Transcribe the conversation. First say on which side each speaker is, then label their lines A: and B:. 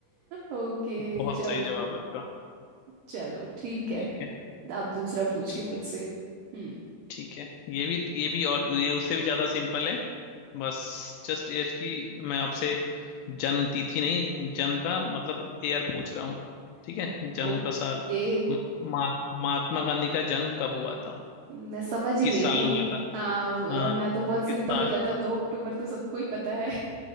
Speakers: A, on the right; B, on the left.
A: ओके
B: बहुत
A: चलो
B: सही जवाब है आपका
A: चलो ठीक है
B: ठीक है
A: आप दूसरा पूछिए
B: ठीक
A: मुझसे
B: है
A: हम्म
B: ठीक है ये भी ये भी और ये उससे भी ज्यादा सिंपल है बस जस्ट एज की मैं आपसे जन्म तिथि नहीं जन्म का मतलब ईयर पूछ रहा हूँ ठीक है जन्म
A: ओके
B: का साल म- महा- महात्मा गांधी का जन्म कब हुआ था
A: मैं समझ ही
B: किस
A: गई
B: साल
A: थी
B: हुआ था
A: हाँ वरना
B: हाँ
A: तो बहुत सिंपल
B: किस साल
A: हो जाता दो अक्टूबर तो सबको ही पता है